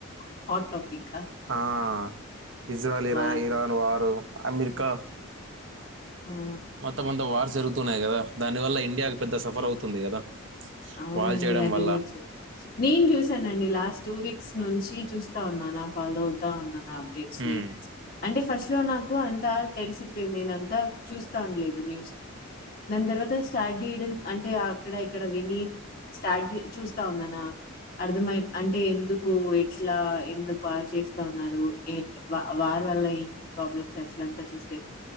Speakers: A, on the left; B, on the right.
A: హాట్ టాపికా
B: ఆహ్ ఇజ్రాయల్ ఇరా
A: వార్
B: ఇరాన్ వారు అమ్రికా
A: ఆ
B: మొత్తంమంత వార్ జరుగుతున్నాయి కదా దాని వల్ల ఇండియాకి పెద్ద సఫరవుతుంది కదా
A: అవ్నండి
B: వాళ్ళు చేయడం
A: అది
B: వల్ల
A: నిజమే నేను చూసానండి లాస్ట్ టూ వీక్స్ నుంచి చూస్తా ఉన్నానా ఫాలో అవ్తా ఉన్నానా అప్డేట్స్
B: ఉమ్.
A: ని అంటే ఫస్ట్ ఇలా నాకు అంతా తెలిసిలేదు నేనంతా చూస్తాను లేదు న్యూస్ ని దాని తర్వాత స్టార్ట్చేయడం అంటే అక్కడ ఇక్కడ విన్ మీ స్ట్రాట్జి చూస్తా ఉన్నానా అర్థమై అంటే ఎందుకు ఎట్లా ఎందుకు వారు చేస్తా ఉన్నారు ఎ వా-వారు వల్ల ఏమేం ప్రాబ్లమ్స్ అట్లంతా చూస్తే